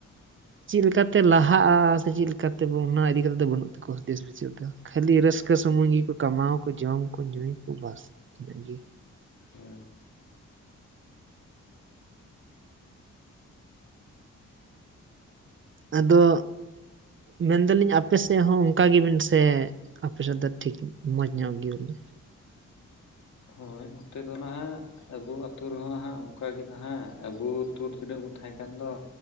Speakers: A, on the right (about 40°); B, on the left (about 70°).
A: ᱪᱮᱫ ᱞᱮᱠᱟ ᱛᱮ ᱞᱟᱦᱟᱜᱼᱟ ᱥᱮ ᱪᱮᱫ ᱞᱮᱠᱟ ᱛᱮ ᱚᱱᱟ ᱤᱫᱤ ᱠᱟᱛᱮᱫ ᱫᱚ ᱵᱟᱹᱱᱩᱜ ᱛᱟᱠᱚᱣᱟ ᱦᱩᱫᱤᱥ ᱵᱤᱪᱟᱨ ᱫᱚ ᱠᱷᱟᱹᱞᱤ ᱨᱟᱹᱥᱠᱟᱹ ᱥᱩᱢᱩᱝ ᱜᱮᱠᱚ ᱠᱟᱢᱟᱣᱟ ᱠᱚ ᱡᱚᱢ ᱠᱚ ᱧᱩᱭ ᱟᱠᱚ ᱵᱟᱥ ᱤᱱᱟᱹ ᱜᱮ
B: ᱦᱳᱭ ᱾
A: ᱟᱫᱚ ᱢᱮᱱᱫᱟ ᱞᱤᱧ ᱟᱯᱮ ᱥᱮᱫ ᱦᱚᱸ ᱚᱱᱠᱟ ᱜᱮ ᱵᱮᱱ ᱥᱮ? ᱟᱯᱮ ᱥᱮᱫ ᱫᱚ ᱴᱷᱤᱠ ᱢᱚᱸᱡᱽ ᱧᱚᱜ ᱜᱮ ᱵᱚᱞᱮ
B: ᱦᱳᱭ ᱱᱚᱛᱮ ᱫᱚ ᱱᱟᱦᱟᱜ ᱟᱵᱚ ᱟᱛᱳ ᱨᱮᱦᱚᱸ ᱦᱟᱜ ᱚᱱᱠᱟ ᱜᱮ ᱱᱟᱦᱟᱜ ᱟᱵᱩ ᱦᱩᱛᱩ ᱛᱤᱱᱟᱹᱜ ᱵᱚᱱ ᱛᱟᱦᱮᱸ ᱠᱟᱱ ᱫᱚ